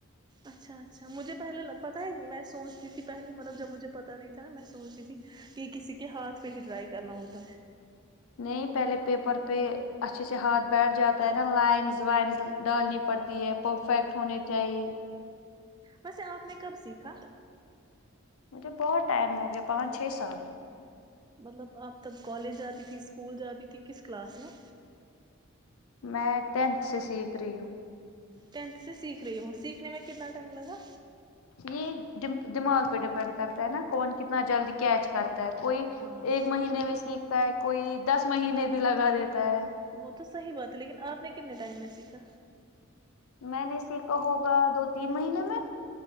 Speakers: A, on the right; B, on the left.
A: اچھا اچھا مجھے پہلے پتہ ہے میں سوچتی تھی پہلے مطلب جب مجھے پتاہ نہیں تھا نا میں سوچتی تھی کہ کسی کے ہاتھ پہ ہی ٹرائی کرنا ہوتا ہے
B: نہیں پہلے پیپر پہ اچھے سے ہاتھ بیٹھ جاتا ہے نا لائنز وائنز ڈالنی پڑتی ہے پرفیکٹ ہونی چاہیے
A: ویسے آپ نے کب سیکھا
B: مجھے بہت ٹائم ہو گیا پانچ چھ سال
A: مطلب اپ تب کالج جاتی تھی اسکول جاتی تھی کس کلاس میں
B: میں ٹینتھ سے سیکھ رہی ہوں
A: ٹین سے سیکھ رہے ہو سیکھنے میں کتنا ٹائم لگا
B: یہ دماغ پہ ڈیپینڈ کرتا ہے نا کون کتنا جلدی کیچ کرتا کوئی
A: ہاں ہاں
B: ایک مہینے میں س ہوتا ہے کوئی دس مہینے بھی لگا دیتا ہے
A: وہ تو صحیح بات ہے لیکن آپ نے کتنے ٹائم میں سیکھا
B: میں نے سیک کہا ہوگا دو تین مہینے میں